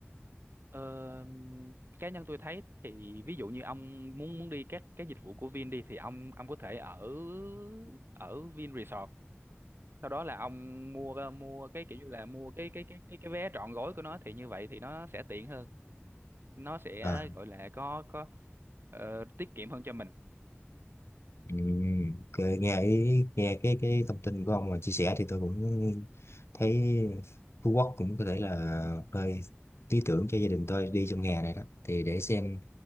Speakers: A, on the right; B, on the left.
A: ờ, cá nhân tôi thấy thì ví dụ như ông muốn muốn đi các cái dịch vụ của Vin đi thì ông ông có thể ở ở Vin Resort sau đó là ông mua mua cái kiểu như là mua cái cái cái cái cái vé trọn gói của nó thì như vậy thì nó sẽ tiện hơn nó sẽ
B: À.
A: gọi là có có ờ, tiết kiệm hơn cho mình
B: Ừ, ok, nghe ý, nghe cái cái thông tin của ông mà chia sẻ thì tôi cũng thấy Phú Quốc cũng có thể là nơi lý tưởng cho gia đình tôi đi trong hè này đó thì để xem